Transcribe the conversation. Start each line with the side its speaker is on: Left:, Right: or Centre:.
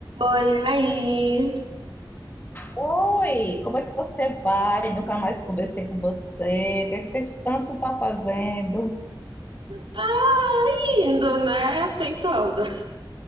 Right: Oi, aí.
Left: Oi, como é que você vai? Nunca mais conversei com você. O que é que você tanto está fazendo?
Right: Tá indo, né? Tentando.